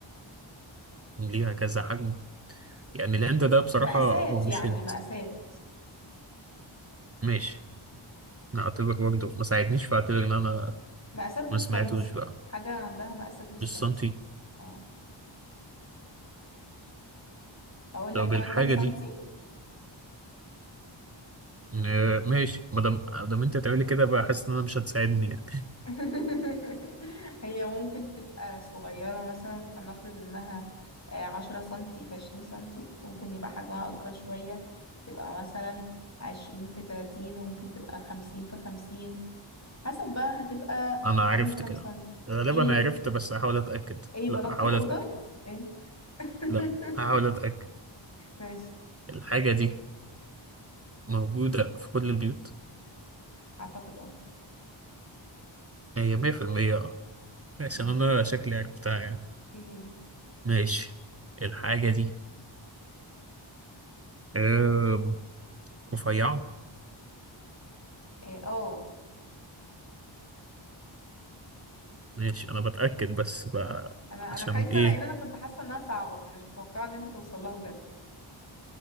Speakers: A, on the right (about 30°); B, on the left (about 35°).
A: ليها كذا حجم يعني الهند ده بصراحة
B: مقاسات
A: هو مش
B: يعني
A: هند
B: مقاسات
A: ماشي نعتبر برضه ما ساعدنيش فاعتبر إن أنا
B: مقاسات بالسنتي
A: ما سمعتوش بقى
B: حاجة عندها مقاسات بالسنتي
A: مش سنتي
B: اه أقول
A: طب
B: لك كمان
A: الحاجة
B: كام سنتي
A: دي آه، ماشي ما دام ما دام أنت تعملي كده بقى حاسس إن أنا مش هتساعدني يعني <laughs>
B: <laughs> هي ممكن تبقى صغيرة مثلا فلنفرض إنها آه، عشرة سنتي في عشرين سنتي ممكن يبقى حجمها أكبر شوية تبقى مثلا عشرين في تلاتين وممكن تبقى خمسين في خمسين حسب بقى هتبقى
A: أنا عرفت
B: انهي كام
A: كده
B: سنت
A: غالبا
B: ايه
A: أنا عرفت بس هحاول أتأكد
B: ايه بلطت
A: لا هحاول
B: الأوضة
A: أتأكد
B: ايه <laughs>
A: لا هحاول أتأكد
B: ماشي
A: الحاجة دي موجودة في كل البيوت
B: اعتقد اه
A: هي 100% أه عشان
B: ماشي
A: أنا شكلي عرفتها يعني
B: ايه هي
A: ماشي الحاجة دي آه، رفيعة
B: ايه اه
A: ماشي انا بتأكد بس بقى
B: انا
A: عشان
B: انا خايفة
A: ايه
B: لان انا كنت حاسة انها صعبة فمش متوقعة ان انت توصل لها بجد